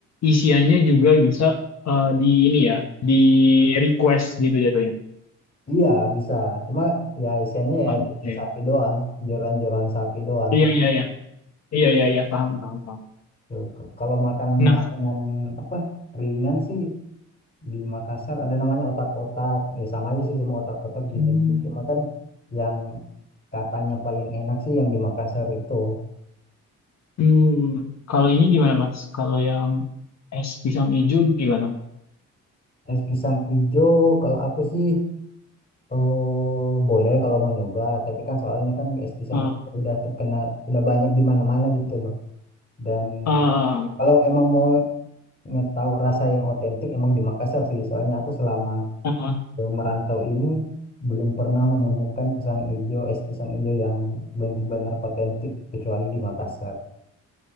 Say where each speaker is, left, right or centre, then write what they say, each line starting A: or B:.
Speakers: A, on the left; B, on the left.
A: isiannya juga bisa eh, di ini ya, di request gitu jatuhnya.
B: Iya bisa, cuma ya isiannya ya
A: Oke.
B: daging sapi doang, jeroan-jeroan sapi doang.
A: Iya iya iya. Iya iya iya, paham paham paham.
B: Tuh, k- Kalau makan
A: Nah,
B: makanan apa ringan sih di Makassar ada namanya otak-otak. Ya sama aja sih semua otak-otak
A: hmm,
B: di Indonesia. Cuma kan yang katanya paling enak sih yang di Makassar itu
A: hmm, kalau ini gimana Mas? Kalau yang es pisang hijau gimana?
B: es pisang ijo. Kalau aku sih eh, boleh kalau mau nyoba. Tapi kan soalnya kan es pisang
A: Ah,
B: ijo udah terkena udah banyak di mana-mana gitu loh. Dan
A: ah,
B: kalau emang mau ngetahu rasa yang otentik emang di Makassar sih. Soalnya aku selama
A: Ah,
B: eh, merantau ini belum pernah menemukan pisang ijo, es pisang ijo yang benar-benar otentik kecuali di Makassar.